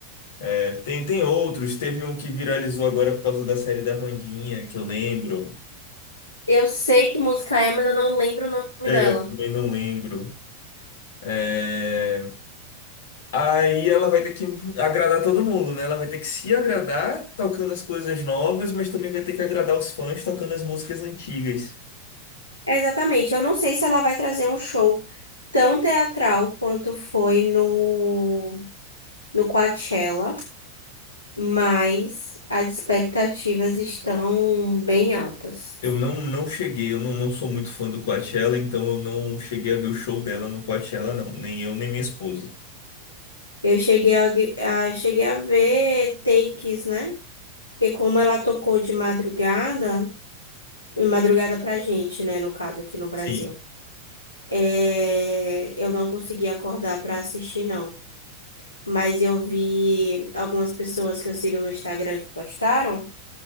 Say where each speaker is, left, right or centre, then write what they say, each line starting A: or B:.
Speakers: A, on the left (about 60°); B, on the left (about 80°).
A: é, tem tem outros, teve um que viralizou agora por causa da série da Wandinha, que eu lembro.
B: Eu sei que música é, mas eu não lembro o nome
A: É,
B: dela.
A: eu também não lembro. É, Aí ela vai ter que agradar todo mundo, né? Ela vai ter que se agradar tocando as coisas novas, mas também vai ter que agradar os fãs tocando as músicas antigas.
B: Exatamente. Eu não sei se ela vai trazer um show tão teatral quanto foi no, no Coachella, mas as expectativas estão bem altas.
A: Eu não, não cheguei, eu não, não sou muito fã do Coachella, então eu não cheguei a ver o show dela no Coachella, não. Nem eu, nem minha esposa.
B: Eu cheguei a, a- cheguei a ver takes, né? Porque como ela tocou de madrugada, de madrugada pra gente, né? No caso, aqui no Brasil.
A: Sim.
B: é, eu não consegui acordar para assistir, não. Mas eu vi algumas pessoas que eu sigo no Instagram que postaram.